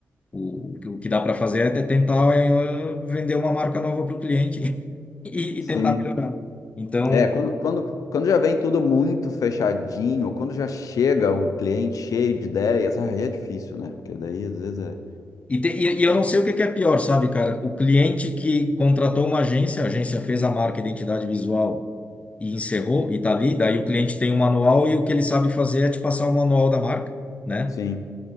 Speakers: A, on the left; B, on the left.
A: O, o que dá para fazer é tentar eh, vender uma marca nova para o cliente <laughs> e, e
B: sim.
A: tentar melhorar. Então,
B: É, quando, quando, quando já vem tudo muito fechadinho, quando já chega o cliente cheio de ideias, ah, aí é difícil, né? Porque daí às vezes é.
A: e, te- e- e eu não sei o que que é pior, sabe, cara? O cliente que contratou uma agência, a agência fez a marca identidade visual e encerrou e tá ali, daí o cliente tem um manual e o que ele sabe fazer é te passar o manual da marca, né?
B: Sim,